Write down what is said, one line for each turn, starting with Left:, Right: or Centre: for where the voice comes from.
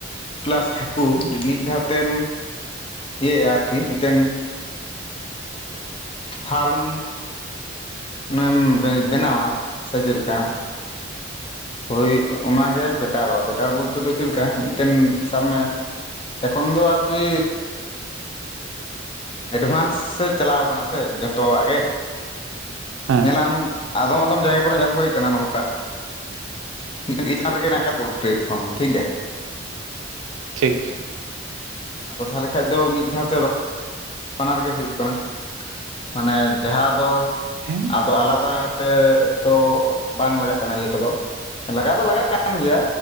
Left: ᱯᱞᱟᱥ ᱦᱟᱹᱠᱩ ᱡᱩᱫᱤ ᱢᱤᱫ ᱫᱷᱟᱣ ᱛᱮᱢ ᱤᱭᱟᱹᱭᱟ ᱟᱨᱠᱤ ᱢᱤᱫᱴᱮᱱ, ᱯᱷᱟᱨᱢ ᱮᱢ ᱵᱮᱱᱟᱣᱟ ᱥᱮ ᱪᱮᱫ ᱞᱮᱠᱟ? ᱦᱳᱭ ᱚᱱᱟᱜᱮ ᱵᱮᱴᱟᱨᱚᱜᱼᱟ ᱵᱮᱴᱟᱨ ᱵᱚᱞᱛᱮ ᱫᱚ ᱪᱮᱫᱮᱠᱟ ᱢᱤᱫᱴᱮᱱ ᱥᱟᱵ ᱢᱮ, ᱮᱠᱷᱚᱱ ᱫᱚ ᱟᱨᱠᱤ, ᱮᱰᱷᱟᱱᱥ ᱥᱮᱫ ᱪᱟᱞᱟᱣ ᱠᱟᱱᱟ ᱥᱮ ᱡᱚᱛᱚᱣᱟᱜ ᱜᱮ᱾
Right: ᱦᱮᱸ
Left: ᱧᱮᱞᱟᱢ ᱟᱫᱚᱢ ᱟᱫᱚᱢ ᱡᱟᱭᱜᱟ ᱠᱚᱨᱮ ᱧᱮᱞ ᱦᱩᱭ ᱠᱟᱱᱟ ᱱᱚᱝᱠᱟ? ᱪᱮᱛᱟᱱᱨ ᱨᱜᱮ ᱦᱮᱱᱟ ᱟᱠᱟᱫ ᱯᱳᱞᱴᱨᱤ ᱯᱷᱟᱨᱢ ᱴᱷᱤᱠ ᱜᱮᱭᱟ᱾
Right: ᱴᱷᱤᱠ,
Left: ᱟᱫᱚ ᱛᱟᱦᱚᱞᱮ ᱠᱷᱟᱡ ᱫᱚ ᱢᱤᱫ ᱫᱷᱟᱣ ᱛᱮ ᱵᱟᱱᱟᱨ ᱜᱮ ᱦᱩᱭᱩᱜ ᱠᱟᱱᱟ ᱢᱟᱱᱮ ᱡᱟᱦᱟᱸ ᱫᱚ,
Right: ᱦᱮᱸ
Left: ᱟᱫᱚ ᱟᱞᱟᱫᱟ ᱛᱮ ᱛᱚ ᱵᱟᱝ ᱞᱟᱜᱟᱜ ᱠᱟᱱᱟ ᱤᱭᱟᱹ ᱠᱚᱫᱚ ᱞᱟᱜᱟ ᱫᱚ ᱞᱟᱜᱟᱜ ᱠᱟᱱᱟ᱾ ᱠᱟᱱ ᱜᱮᱭᱟ